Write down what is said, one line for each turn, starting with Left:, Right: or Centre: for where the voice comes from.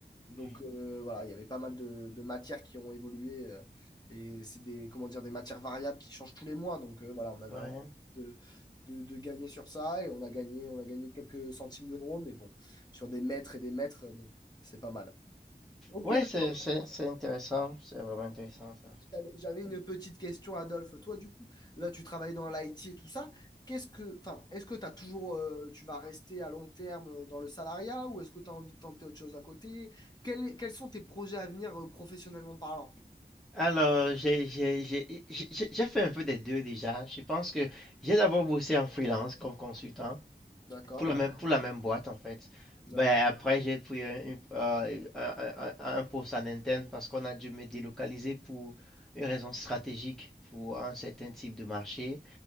Left: Donc
Centre: mhm.
Left: euh, voilà, il y avait pas mal de, de matières qui ont évolué euh, et c'est des, comment dire, des matières variables qui changent tous les mois. Donc euh, voilà, on avait
Centre: Ouais,
Left: un peu de, de, de gagner sur ça et on a gagné, on a gagné quelques centimes d'euros, mais bon, sur des mètres et des mètres, euh, bon, c'est pas mal. Ok,
Centre: Ouais,
Left: là,
Centre: c'est, c'est, c'est intéressant. C'est vraiment intéressant, ça.
Left: j'avais j'avais une petite question, Adolphe. Toi, du coup, là, tu travailles dans l'IT et tout ça. Qu'est-ce que, enfin, est-ce que t'as toujours, euh, tu vas rester à long terme euh, dans le salariat ou est-ce que tu as envie de tenter autre chose à côté? Quels, quels sont tes projets à venir, euh, professionnellement parlant?
Centre: Alors, j'ai j'ai- j'ai- j'ai- j'ai- j'ai fait un peu des deux déjà. Je pense que j'ai d'abord bossé en freelance comme consultant.
Left: D'accord,
Centre: Pour la même, pour la même boîte, en fait.
Left: d'accord.
Centre: Ben, après, j'ai pris un, une- euh, un, un- un- un poste en Nintendo parce qu'on a dû me délocaliser pour une raison stratégique pour un certain type de marché.